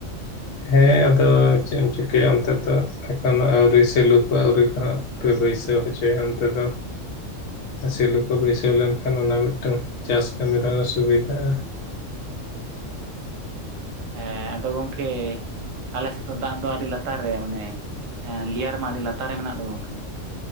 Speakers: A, on the left; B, on the right.
A: ᱦᱮᱸ ᱟᱫᱚ ᱪᱮᱫ ᱮᱢ ᱪᱤᱠᱟᱹᱭᱟ ᱚᱱᱛᱮ ᱛᱚ? ᱮᱠᱷᱚᱱᱚ ᱟᱹᱣᱨᱤ ᱥᱮᱞᱩᱯ ᱟᱹᱣᱨᱤ ᱠᱚ ᱵᱟᱹᱭᱥᱟᱹᱣ ᱦᱚᱪᱚᱭᱟ ᱚᱱᱛᱮ ᱫᱚ᱾ ᱥᱮᱞᱩ ᱠᱚ ᱵᱟᱹᱭᱥᱟᱹᱣ ᱞᱮᱱᱠᱷᱟᱱ ᱚᱱᱟ ᱢᱤᱫᱴᱟᱝ ᱪᱟᱥ ᱠᱟᱹᱢᱤ ᱨᱮᱦᱚᱸ ᱥᱩᱵᱤᱫᱷᱟᱜ ᱟ᱾
B: ᱦᱮᱸ ᱟᱫᱚ ᱜᱚᱝᱠᱮ ᱟᱞᱮᱥᱮᱫ ᱫᱚ ᱫᱟᱜ ᱫᱚ ᱟᱹᱰᱤ ᱞᱟᱛᱟᱨ ᱨᱮ ᱢᱟᱱᱮ ᱞᱮᱭᱟᱨ ᱢᱟ ᱟᱹᱰᱤ ᱞᱟᱛᱟᱨ ᱨᱮ ᱢᱮᱱᱟᱜ ᱫᱚ ᱜᱚᱝᱠᱮ᱾